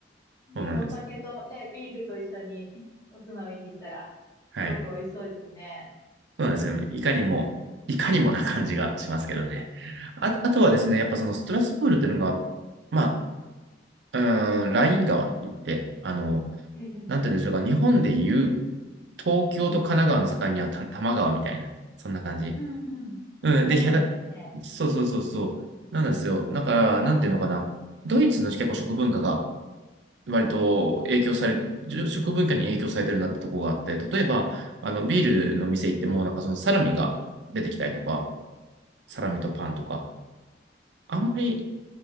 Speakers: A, on the left (about 15°); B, on the right (about 75°).
A: でもお酒とね、
B: そうなんです。
A: ビールと一緒におつまみにしたら、
B: はい。
A: すごく美味しそうですね。
B: そうなんですよ。いかにも、いかにもな感じがしますけどね。あ、あとはですね、やっぱそのストラスブールっていうのが、まあ、うーん、ライン川って言って、あの、
A: ええ、
B: なんて言うんでしょうか、日本でいう東京と神奈川の境にはた多摩川みたいな、
A: うん。
B: そんな感じ。
A: うんうん。
B: うん、
A: 国境なんですよね。
B: で、へだ、そうそうそうそう。なんですよ。だから、なんていうのかな。ドイツの結構食文化が割と影響され、食文化に影響されてるなってとこがあって、例えば、あの、ビールの店行っても、なんかそのサラミが出てきたりとか、
A: うん
B: サラミとパンとか。あんまり、